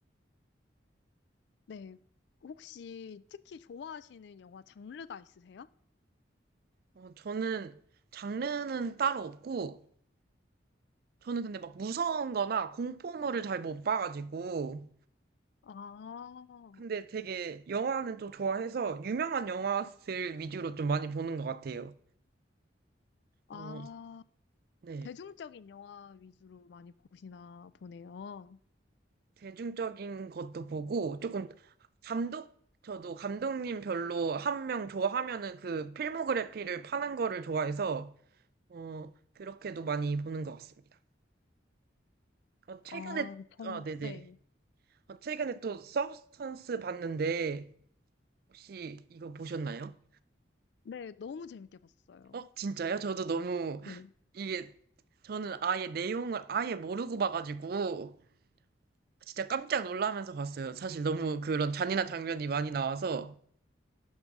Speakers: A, on the left (about 60°); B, on the right (about 50°).
A: 네. 혹시 특히 좋아하시는 영화 장르가 있으세요?
B: 어, 저는 장르는 따로 없고, 저는 근데 막 무서운 거나 공포물을 잘 못 봐가지고,
A: 아,
B: 근데 되게 영화는 좀 좋아해서 유명한 영화들 위주로 좀 많이 보는 것 같아요.
A: 아,
B: 어, 네.
A: 대중적인 영화 위주로 많이 보시나 보네요.
B: 대중적인 것도 보고 조금 감독, 저도 감독님 별로 한 명 좋아하면은 그 필모그래피를 파는 거를 좋아해서 어, 그렇게도 많이 보는 것 같습니다. 어, 최근에,
A: 아, 저,
B: 아, 네네.
A: 네.
B: 어, 최근에 또 서브스턴스 봤는데 혹시 이거 보셨나요?
A: 네, 너무 재밌게 봤어요.
B: 어, 진짜요? 저도 너무
A: 네.
B: 이게 저는 아예 내용을 아예 모르고 봐가지고 진짜 깜짝 놀라면서 봤어요. 사실 너무 그런 잔인한 장면이 많이 나와서.